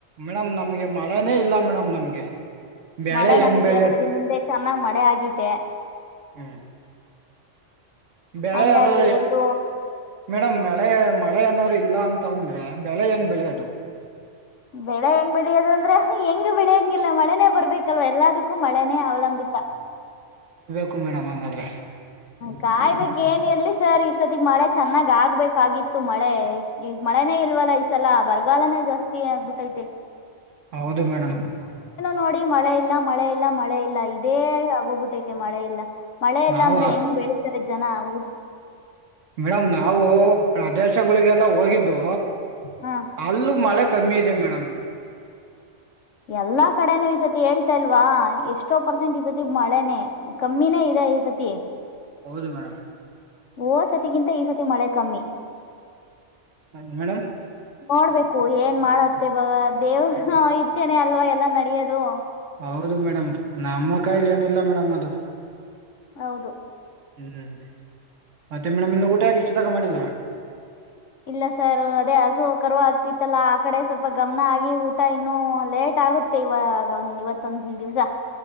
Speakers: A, on the right (about 80°); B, on the left (about 75°).
A: ಮೇಡಮ್ ನಮ್ಗೆ ಮಳೆನೇ ಇಲ್ಲ ಮೇಡಮ್ ನಮ್ಗೆ. ಬೆಳೆ
B: ಮಳೆ
A: ಹೆಂಗ್
B: ನಮಗ್
A: ಬೆಳೆಯೋದು
B: ಎರಡು ದಿನದಿಂದೆ ಚೆನ್ನಾಗ್ ಮಳೆ ಆಗಿದೆ.
A: ಹ್ಮ್ ಬೆಳೆ
B: ಹಂಗಾಗಿ
A: ಅ ಮೆ
B: ಎಲ್ಲೂ
A: ಮೇಡ್ ಮಳೆ ಮಳೆ ಏನಾದ್ರು ಇಲ್ಲ ಅಂತ ಅಂದ್ರೆ ಬೆಳೆ ಹೆಂಗ್ ಬೆಳೆಯದು?
B: ಬೆಳೆ ಹೆಂಗ್ ಬೆಳಿಯದ ಅಂದ್ರೆ ಹೆಂಗ್ ಬೆಳೆಯಂಗಿಲ್ಲ ಮಳೆನೇ ಬರ್ಬೇಕಲ್ವಾ ಎಲ್ಲದು ಕೂ ಮಳೆನೇ ಅವಲಂಬಿತ
A: ಹ ಮಡ ಮಂಗಾದ್ರರೆ.
B: ಗಾಯ್ಬೇಕಕ್ ಏನ್ ಎಲ್ರಿ ಸರ್ ಈ ಸತಿ ಈ ಮಳೆ ಚೆನ್ನಾಗ ಆಗ್ಬೇಕಾಗಿತ್ತು. ಇತ್ತು ಮಳೆ ಮಳೆನೇ ಇಲ್ವಲ್ಲ ಈ ಸಲ ಬರಗಾಲನೇ ಜಾಸ್ತಿ ಏನಗ್ಬಿಟ್ಟೈತೆ
A: ಹೌದು ಮೇಡಮ್
B: ನೋಡಿ ಮಳೆ ಇಲ್ಲ ಮಳೆ ಇಲ್ಲ ಮಳೆ ಇಲ್ಲ ಇದೇ ಆ ಹೋಗ್ಬಿಟ್ಟೈತೆ ಮಳೆ ಇಲ್ಲ ಮಳೆ ಇಲ್ಲ
A: ನಾವು
B: ಅಂದ್ರೆ ಹೆಂಗ್ ಬೆಳಿತಾರೆ ಜನ ಊ
A: ಮೇಡಮ್ ನಾವು ಪ್ರದೇಶಗಳಿಗೆಲ್ಲ ಹೋಗಿದ್ದು
B: ಹಾಂ
A: ಅಲ್ಲೂ ಮಳೆ ಕಮ್ಮಿ ಇದೆ ಮೇಡಮ್
B: ಎಲ್ಲಾ ಕಡೆನೂ ಈ ಸತಿ ಹೇಳ್ತಾಲ್ವಾ ಎಷ್ಟೋ ಪರ್ಸೆಂಟ್ ಈ ಸತಿ ಮಳೆನೆ ಕಮ್ಮಿನೇ ಇದೆ ಈ ಸತಿ
A: ಹೌದು ಮೇಡಮ್
B: ಓ ಸತಿಗಿಂತ ಈ ಸತಿ ಮಳೆ ಕಮ್ಮಿ
A: ಮೇಡಮ
B: ನೋಡ್ಬೇಕು ಏನ್ ಮಾಡತ್ತೆ ಬವ ದೇವ್ ಇಚ್ಛೆನೆ ಅಲ್ವಾ ಎಲ್ಲಾ ನಡಿಯೋದು
A: ಹೌದು ಮೇಡಮ್ ನಮ್ಮ ಕಾಯಿಲಿ ಏನಿಲ್ಲ ಮೇಡಮ್ ಅದು
B: ಹೌದು
A: ಹ್ಮ್ ಮತ್ತೆ ಮೇಡಮ್ ಇನ್ನು ಊಟ ಯಾಕೆ ಎಷ್ಟು ತಾಗ ಮಾಡಿಲ್ಲ
B: ಇಲ್ಲ ಸರ್ ಅದೇ ಹಸು ಕರುವ ಆಗ್ತಿತ್ತಲ್ಲಾ ಆ ಕಡೆ ಸ್ವಲ್ಪ ಗಮನ ಆಗಿ ಊಟ ಇನ್ನು ಲೇಟ್ ಆಗುತ್ತೆ ಇವಾಗ ಒಂದ್ ಇವತ್ತೊಂದ ದಿವಸ